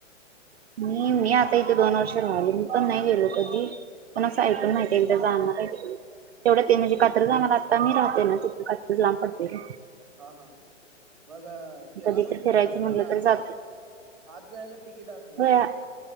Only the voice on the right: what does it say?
मी, मी आता इथे दोन वर्ष राहिलो मी पण नाही गेलो कधी. पण असं ऐकून
माहितीय. जा तेवढं <unintelligible> ते म्हणजे कात्र जाणार आता मी राहते ना तिथ कात्रज लांब पडते.
कधी
तर
फिरायचं
म्हटलं
तर जातोय
होय